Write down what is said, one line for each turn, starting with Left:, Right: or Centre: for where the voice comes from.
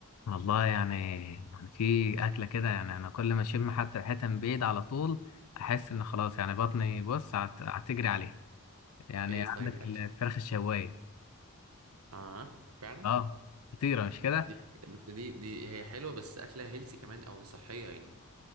Left: والله يعني يعني في أكلة كده يعني أنا كل ما أشم حتى ريحتها من بعيد على طول أحس إن خلاص يعني بطني بص هت- هتجري عليها يعني
Right: ايه طيب
Left: عندك
Right: الاكل
Left: الفراخ الشواية
Right: اه فعلا
Left: اه خطيرة مش كده؟
Right: دي دي دي هي حلوه بس اكلها هيلسي كمان او صحيه يعني